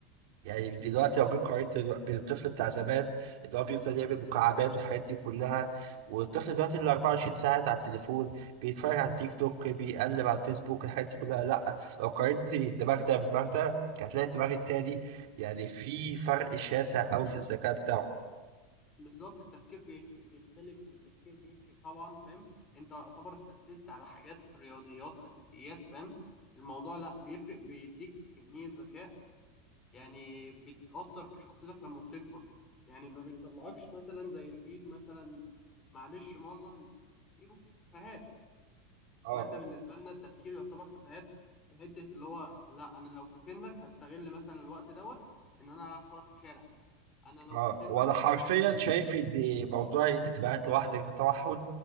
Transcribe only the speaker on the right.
يعني دلوقتي
لو جيت قارنت دلو- بين الطفل بتاع زمان اللي هو بيفضل يعمل مكعبات والحاجات دي كلها والطفل دلوقتي اللي 24 ساعة على التليفون بيتفرج على تيك توك بيقلب على الفيسبوك الحاجات دي كلها لا لو قارنت الدماغ ده بالدماغ ده هتلاقي الدماغ التاني يعني في فرق شاسع أوي في الذكاء بتاعه
اه
اه
وانا حرفيا
شايف ان موضوع ان انت تبقى قاعد لوحدك ده توحد